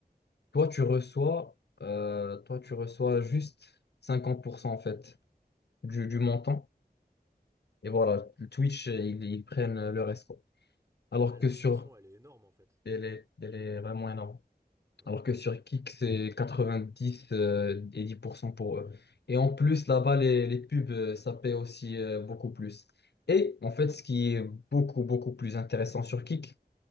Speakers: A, on the left; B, on the right.
A: Toi, tu reçois, euh, toi, tu reçois juste 50% en fait du, du montant. Et voilà, Twitch, euh, ils, ils prennent euh, le reste, quoi. Alors
B: Ah, la
A: que
B: commission,
A: sur,
B: elle est énorme en fait.
A: elle est, elle est vraiment énorme.
B: Ouais.
A: Alors que sur Kick, c'est 90 euh, et 10% pour cent pour eux. Et en plus, là-bas, les, les pubs, euh, ça paie aussi euh, beaucoup plus. Et en fait, ce qui est beaucoup, beaucoup plus intéressant sur Kick,